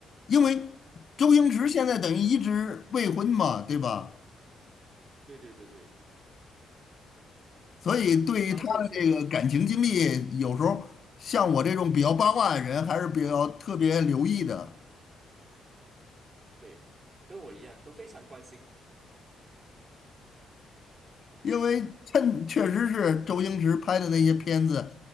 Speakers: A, on the left; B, on the right.
A: 因为周星驰现在等于一直未婚嘛，
B: 哇，
A: 对吧？
B: 对对对对，
A: 所以对于他的这个感情经历，
B: 他就是吃，嗯，
A: 有时候像我这种比较八卦的人，还是比较特别留意的。
B: 对，跟我一样都非常关心，
A: 因为趁确实是周星驰拍的那些片子，